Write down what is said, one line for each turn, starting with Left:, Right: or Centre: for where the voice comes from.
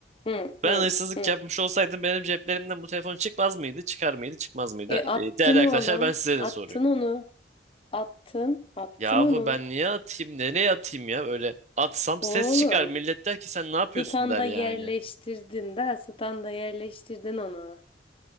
Left: Hı
Right: Ben
Left: hı
Right: hırsızlık
Left: hı.
Right: yapmış olsaydım benim ceplerimden bu telefon çıkmaz mıydı? Çıkar mıydı? Çıkmaz mıydı?
Left: E attın
Right: Ee, değerli arkadaşlar
Left: oğlum.
Right: ben size de
Left: Attın
Right: soruyorum.
Left: onu. Attın. Attın
Right: Yahu
Left: onu.
Right: ben niye atayım? Nereye atayım ya? Öyle atsam
Left: Oğlum.
Right: ses çıkar. Millet der ki sen ne yapıyorsun
Left: Standa
Right: der yani.
Left: yerleştirdin de. Standa yerleştirdin onu.